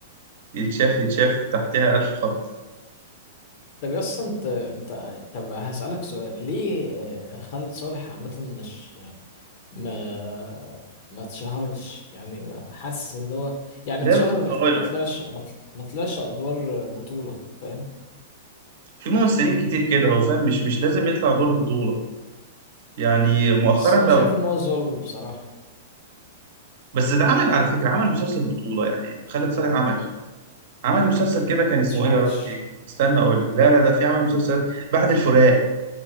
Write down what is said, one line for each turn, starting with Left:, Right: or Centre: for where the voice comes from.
Right: يتشاف يتشاف تحتها ألف خط
Left: طب يا اسطى انت انت طب هسألك سؤال ليه آه، خالد صالح عامة مش ما ما اتشهرش يعني ما حاسس ان هو يعني
Right: لا
Left: اتشهر
Right: بس
Left: لكن
Right: هقول
Left: ما طلعش
Right: لك
Left: ما طل- ما طلعش ادوار بطولة فاهم
Right: في ممثلين كتير كده هو فاهم مش مش لازم يطلع دور بطولة يعني مؤخرا
Left: بس انا
Right: بقى
Left: شايف ان هو ظلم بصراحة
Right: بس ده عمل على فكرة عمل مسلسل بطولة يعني خالد صالح عمل عمل مسلسل كده كان
Left: ما
Right: اسمه
Left: اتشهرش
Right: ايه يا ربي استنى اقول لك لا لا ده في عمل مسلسلات بعد الفراق